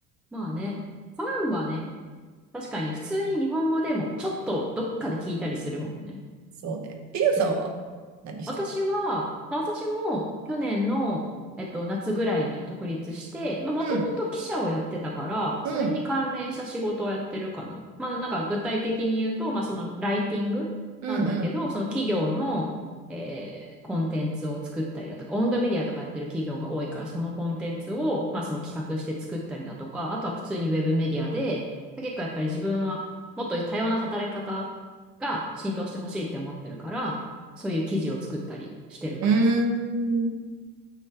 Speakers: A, in the centre; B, on the right (about 35°).
A: まあね、ファンはね、確かに普通に日本語でもちょっとどっかで聞いたりするもんね。
B: そうね。リュウさんは何してるの
A: うん。私は、まあ、私も去年の、えっと、夏ぐらいに独立して、まあ、もともと記者をやってたから、
B: うん。うん。
A: それに関連した仕事をやってるかな。まあ、なんか具体的に言うと、まあ、そのライティングなんだけど、
B: うん。
A: その企業の、えーコンテンツを作ったりだとか、オウンドメディアとかやってる企業が多いから、そのコンテンツを、まあ、その企画して作ったりだとか、あとは普通にウェブメディアで、結構やっぱり自分はもっと多様な働き方が浸透してほしいって思ってるから、そういう記事を作ったりしてるかな。
B: うん。うーん。